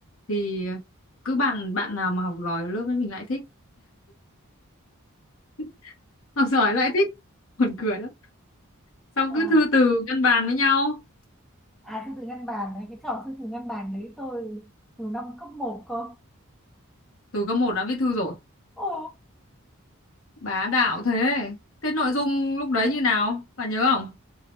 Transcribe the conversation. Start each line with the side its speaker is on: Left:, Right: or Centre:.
Left: thì cứ bạn bạn nào mà học giỏi ở lớp ấy mình lại thích <laughs> học giỏi lại thích buồn cười lắm xong
Centre: à,
Left: cứ thư từ ngăn bàn với nhau
Centre: à thư từ ngăn bàn đấy cái trò thư từ ngăn bàn đấy tôi từ năm cấp một cơ
Left: từ cấp một đã viết thư rồi
Centre: ồ
Left: bá đạo thế thế nội dung lúc đấy như nào bạn nhớ không